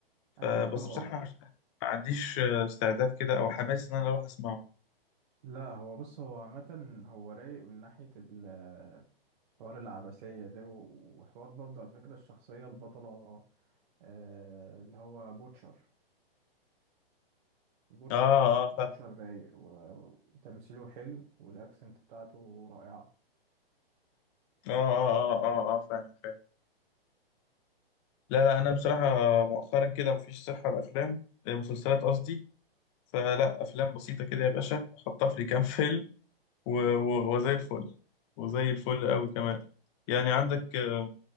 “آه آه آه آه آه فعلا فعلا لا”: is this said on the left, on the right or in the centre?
Left